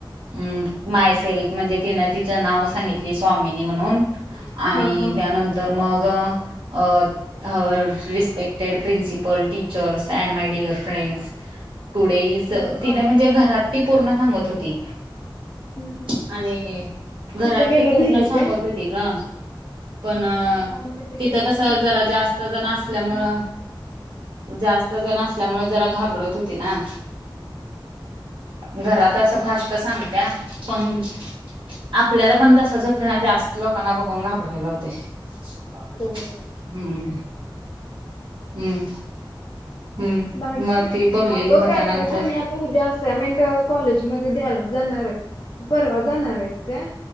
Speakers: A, on the right; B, on the left.
A: Um myself म्हणजे तिनं तिच नाव सांगितली स्वामिनी म्हणून आणि
B: हा हा
A: त्यानंतर मग अ respect principal teachers and my dear friends today is
B: अरे वा
A: तिने
B: वा
A: म्हणजे घरात
B: वा
A: ती पूर्ण सांगत होती.
B: हम्म हम्म
A: आणि घरात
B: तिथं गेलं
A: ती पूर्ण
B: भिली
A: सांगत
B: काय
A: होती ग पण
B: हा तिथे गेल्यावर
A: तिथं कस
B: भिली
A: जरा
B: काय
A: जास्त जण असल्यामुळं जास्त जण असल्यामुळे जरा घाबरत होती ना. घरात असं फास्ट सांगत्या पण आपल्याला पण तसच होते ना जास्त लोकांना बघून घाबरायला होते. हम्म
B: हो हो
A: हम्म हम्म
B: बाकी
A: मग ती बोलली
B: अगं
A: मता
B: काय
A: त्यानंतर
B: काय जणी आता उद्या असाइनमेंट कॉलेज मध्ये द्यायला जाणार आहे. तू परवा जाणारं आहेस काय?